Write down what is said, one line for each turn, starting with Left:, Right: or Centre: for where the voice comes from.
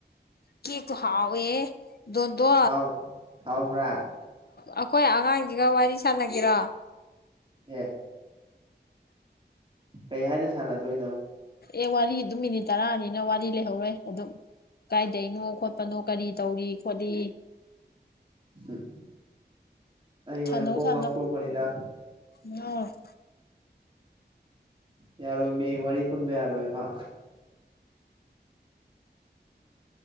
Left: ꯀ ꯀ ꯍꯥꯎ ꯑꯦ ꯗꯣꯗꯣ
Right: ꯍꯥꯎ ꯍꯥꯎꯕ꯭ꯔꯥ
Left: ꯑꯩꯈꯣꯏ ꯑꯉꯥꯡ ꯁꯤꯒ ꯋꯥꯔꯤ ꯁꯥꯟꯅꯒꯦꯔꯣ
Right: ꯑꯦ ꯀꯩ ꯍꯥꯏꯅ ꯁꯥꯟꯅꯗꯣꯏꯅꯣ
Left: ꯑꯦ ꯋꯥꯔꯤ ꯑꯗꯨꯝ ꯃꯤꯅꯤꯠ ꯇꯔꯥꯅꯤꯅ ꯋꯥꯔꯤ ꯂꯩꯍꯧꯔꯣꯏ ꯑꯗꯨꯝ ꯀꯥꯏꯗꯩꯅꯣ ꯈꯣꯠꯄꯅꯣ ꯀꯔꯤ ꯇꯧꯔꯤ ꯈꯣꯠꯂꯤ
Right: ꯎꯝ ꯑꯩ ꯑꯣꯏꯅ
Left: ꯁꯥꯟꯅꯧ
Right: ꯀꯣꯡ
Left: ꯁꯥꯟꯅꯧ
Right: ꯉꯥꯎ ꯇꯧꯕꯅꯤꯗ
Left: ꯉꯥꯎꯔꯣꯏ
Right: ꯌꯥꯔꯣ ꯃ ꯋꯥꯔꯤ ꯋꯥꯔꯤ ꯄꯨꯟꯕ ꯌꯥꯔꯣꯏꯕ